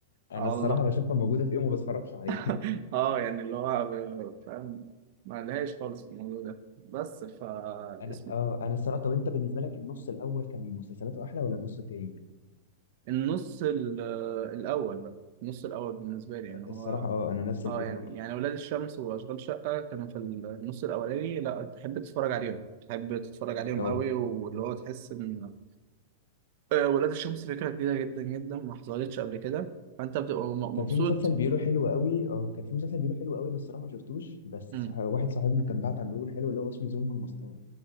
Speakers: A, on the left; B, on the right.
A: انا
B: على
A: الصراحه
B: الله
A: بشوفها موجوده في ايه وما بتفرجش عليه
B: <laughs>
A: <laughs>
B: اه يعني اللي هو ب- فاهم ما لهاش خالص في الموضوع ده بس فا
A: انا
B: اسم
A: اه انا الصراحه طب انت بالنسبه لك النص الاول كان مسلسلاته احلى ولا النص التاني
B: النص ال- الأول بقى النص الأول بالنسبة لي إن هو
A: الصراحه اه انا نفس الفكره
B: اه يعني
A: برضه
B: يعني ولاد الشمس وأشغال شقة كانوا في النص الأولاني لا تحب تتفرج عليهم تحب تتفرج عليهم
A: اه
B: قوي واللي هو تحس إن آه، ولاد الشمس فكرة جديدة جدا جدا ما حصلتش قبل كده فأنت بتبقى م-
A: كان
B: مبسوط
A: في مسلسل بيقوله حلو قوي اه كان في مسلسل بيقوله حلو قوي انا الصراحه ما شفتوش بس
B: مم.
A: صح... واحد صاحبنا كان بعت على بيقول حلو اللي هو اسمه ظلم المصطبه